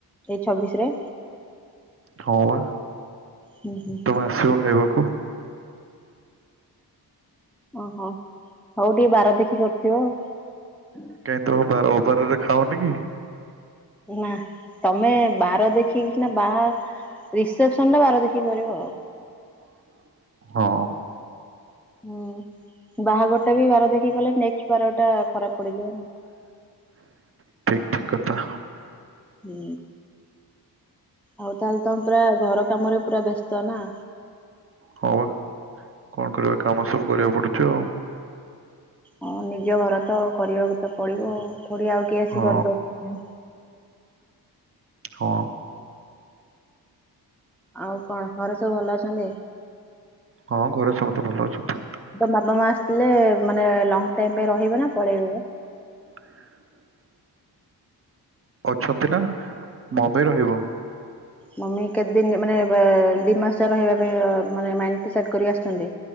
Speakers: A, in the centre; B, on the right.
A: ଏଇ ଛବିଶ ରେ?
B: ହଁ ବା।
A: ହୁଁ ହୁଁ
B: ତମେ ଆସିବ ଖାଇବାକୁ।
A: ଓହୋ, ହଉ ଟିକେ ବାର ଦେଖି କରିୁଥିବ ଆଉ।
B: କାହିଁକି ତ ବାର ଓବାରରେ ଖାଉନି କି?
A: ନା ତମେ ବାର ଦେଖି ଖିନା ବାହା ରିସେପସନ ଟା ବାର ଦେଖିକି କରିବ ଆଉ।
B: <inaudible> ହଁ।
A: ହୁଁ ବାହାଘରଟେ ବାର ଦେଖିକି ଗଲେ ନ ବାର ଟା ଖରାପ ପଡିଯିବ।
B: ଠିକ୍ କଥା।
A: ହୁଁ ଆଉ ତାହେଲେ ତମ ପୁରା ଘର କାମରେ ପୁରା ବ୍ୟସ୍ତ ନା?
B: ହଁ ବା କଣ କରିବା କାମ ସବୁ କରିବାକୁ ପଡୁଛି ଆଉ।
A: ହଁ ନିଜ ଘର ତ କରିବାକୁ ତ ପଡିବ ଥଡି ଆଉ କିହି ଆସି
B: ହଁ
A: କରିଦବ।
B: ହଁ।
A: ଆଉ କଣ ଘରେ ସବୁ ଭଲ ଅଛନ୍ତି?
B: ହଁ ଘରେ ସମସ୍ତେ ଭଲ ଅଛନ୍ତି।
A: ତ ବାପା ମା ଆସିଥିଲେ, ମାନେ ଲଙ୍ଗ ଟାଇମ ପାଇଁ ରହିବ ନା ପଳେଇ
B: <inaudible> ଅଛନ୍ତି ନା ମମି ରହିବ।
A: ମମି କେତେ ଦିନ ମାନେ ର-ଦି ମାସେ ରହିବା ପାଇଁ, ମାନେ ମାଇଣ୍ଡ କୁ ସେଟ କରି ଆସିଛନ୍ତି।